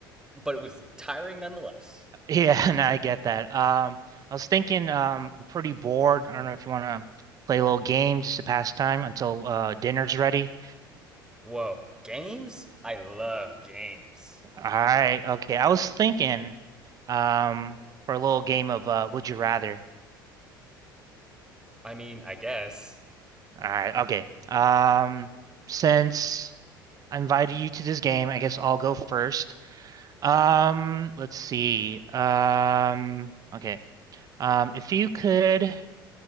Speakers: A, in the centre; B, on the right.
A: but it was tiring nonetheless.
B: Yeah, <laughs> no, I get that. Um, I was thinking, um, I'm pretty bored. I don't know if you want to play a little game just to pass time until uh dinner's ready.
A: Whoa, games? I love games.
B: All right, okay. I was thinking, um, for a little game of uh, Would You Rather.
A: I mean, I guess.
B: All right, okay. Um, since I invited you to this game, I guess I'll go first. Um, let's see. Um, okay. Um, if you could.